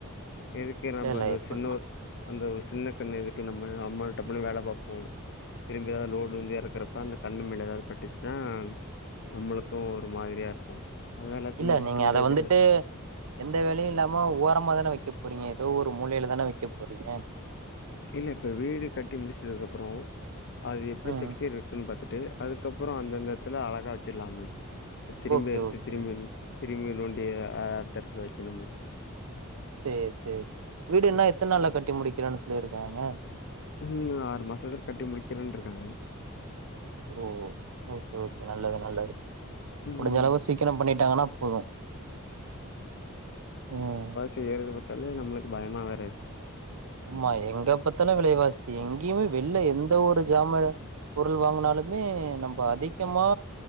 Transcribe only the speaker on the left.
எதுக்கு நம்ம
அந்த
சின்னுர் அந்த ஒரு சின்ன கண்ண எதுக்கு நம்ம நம்ம டப்புனு வேல பாப்போ திரும்பி எதாவது லோடு வந்து எறக்கறப்ப அந்த கண் மேல ஏதாவது பட்டுச்சுனா நம்மளுக்கும் ஒரு மாதிரியா இருக்கு அதுதா எல்லாத்தையும்
முடிச்சுட்டு
ஒரேதடவயா
வைக்க
இல்ல இப்ப வீடு கட்டி முடிச்சதுக்கப்புறோ அது எப்டி
செக்ஸியர் இருக்குன்னு பாத்துட்டு அதுக்கப்புறோ அந்தந்த எடத்துல அழகாக வச்சிடலாம்ல இப்ப திரும்பி
எடுத்து
திரும்ப
திரும்பி நோண்டி அ அடுத்தெடத்துல வைக்கணும்ல
இன்னு ஆறு மாசத்துல கட்டி முடிக்கிறன்ருக்காங்க
ம்
செய்யறத பாத்தாலே நம்மளுக்கு பயமா வேற இருக்